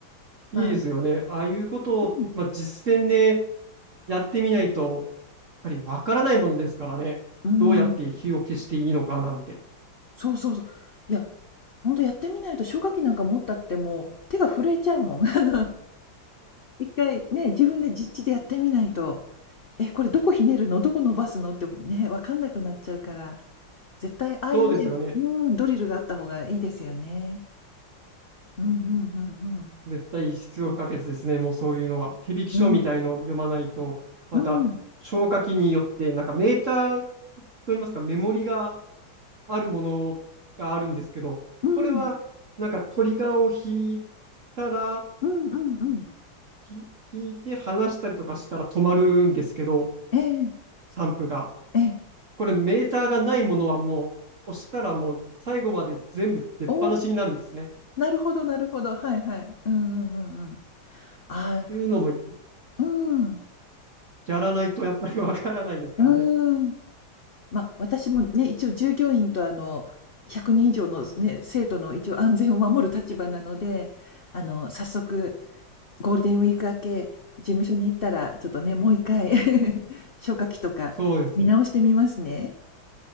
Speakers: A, on the right (about 45°); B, on the left (about 45°).
A: いいですよね。
B: まあ、
A: ああいうことを、
B: うん、
A: まあ、実践でやってみないと、やっぱりわからないものですからね。
B: うん。
A: どうやって火を消していいのかなんて。
B: そうそうそう。いや、ほんとやってみないと消火器なんか持ったってもう手が震えちゃうもん。<laughs> あの、1回ね、自分で実地でやってみないと、え、これどこひねるの、どこ伸ばすのってね、わかんなくなっちゃうから、絶対ああいうね、
A: そうですよね。
B: うん、ドリルがあった方がいいですよね。うんうんうんうん。
A: 絶対必要不可欠ですね。もうそういうのは。手引き書みたいのを読まないと、
B: うん、
A: また消火器によって、
B: うん、
A: なんかメーターといいますか、メモリがあるものがあるんですけど、
B: うん、
A: これはなんかトリガーを引いたら、
B: うんうんうん。
A: ひ引いて離したりとかしたら止まるんですけど、
B: ええ、
A: 散布が。
B: ええ。
A: これメーターがないものはもう押したらもう最後まで全部出っ放しになるんですね。
B: おお、
A: っ
B: なるほどなるほど。はいはい。うんうんうんうん。ああ、
A: ていうのも
B: うんうんええええおなるほどなる
A: やらないとやっぱりわからないですからね。
B: ほどはいはいうんうんうんうんああうんうん。まあ、私もね、一応従業員とあの、100人以上のね、生徒の一応安全を守る立場なので、あの、早速ゴールデンウィーク明け、事務所に行ったら、ちょっとね、もう一回 <laughs> 消火器とか見直してみますね。
A: そうですね。